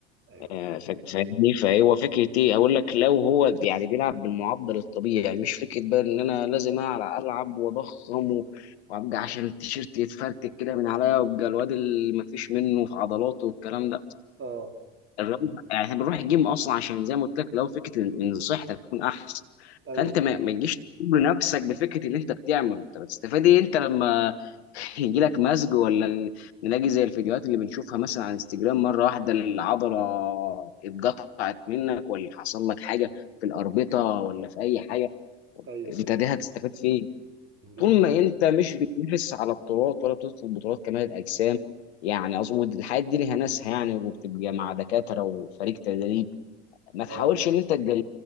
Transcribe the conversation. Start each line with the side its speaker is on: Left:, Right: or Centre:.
Right: ايوه
Left: آه، ف- فاهمني فهو فكره ايه اقول لك لو هو يعني بيلعب بالمعدل الطبيعي يعني مش فكره بقى ان انا لازم ألع- العب واضخم و- وابقى عشان التيشيرت يتفرتك كده من عليا وابقى الواد اللي مفيش منه في عضلاته والكلام ده
Right: اه
Left: الرياضه يعني احنا بنروح الجيم اصلا عشان زي ما قلت لك لو فكره ان إن صحتك تكون احسن
Right: ايوه
Left: فانت
Right: بالظبط
Left: ما ما تجيش تجبر نفسك بفكره اللي انت بتعمله انت بتستفاد ايه انت لما <laughs> يجي لك مزج ولا ال- نلاقي زي الفيديوهات اللي بنشوفها مثلا على انستجرام مره واحده العضله اتقطعت منك ولا حصل لك حاجه في الاربطه ولا في اي حاجه
Right: ايوه ايوه
Left: انت دي هتستفاد فين
Right: بالظبط
Left: طول ما انت مش بتنافس على بطولات ولا بتدخل بطولات كمال الاجسام يعني اظن الحاجات دي ليها ناسها يعني وبتبقى مع دكاتره وفريق تدريب ما تحاولش
Right: اه
Left: ان انت تقلل